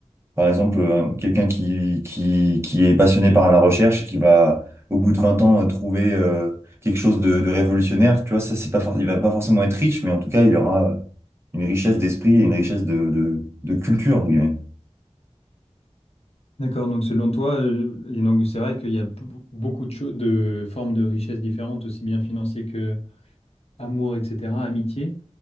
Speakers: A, on the right; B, on the left.
A: par exemple, euh, quelqu'un qui, qui, qui est passionné par la recherche, et qui va, au bout de 20 ans, euh, trouver euh, quelque chose de, de révolutionnaire. Tu vois, ça, c'est pas, for- il va pas forcément être riche, mais en tout cas, il aura euh, une richesse d'esprit et une richesse de, de, de culture, entre guillemets.
B: D'accord, donc selon toi, euh, et donc c'est vrai qu'il y a b- beaucoup de, cho- de formes de richesse différentes, aussi bien financières que amour, etc., amitié.